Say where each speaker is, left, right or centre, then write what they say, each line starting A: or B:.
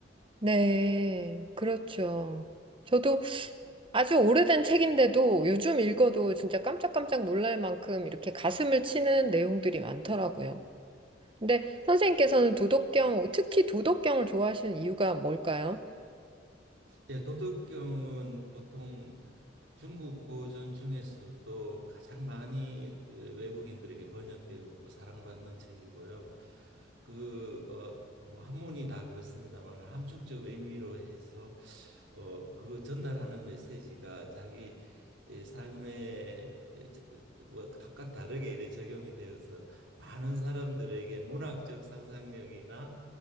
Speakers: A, on the right; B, on the right.
A: 네, 그렇죠. 저도 아주 오래된 책인데도 요즘 읽어도 진짜 깜짝깜짝 놀랄 만큼 이렇게 가슴을 치는 내용들이 많더라고요. 근데 선생님께서는 도덕경, 특히 도덕경을 좋아하시는 이유가 뭘까요?
B: 예, 도덕경은 보통 중국 고전 중에서도 가장 많이 어, 외국인들에게 번역되었고 사랑받는 책이고요. 그, 어, 뭐 한문이 다 그렇습니다만 함축적 의미로 해서 어, 그 전달하는 메시지가 자기 이 삶에 에, 저- 뭐 각각 다르게 이래 적용이 되어서 많은 사람들에게 문학적 상상력이나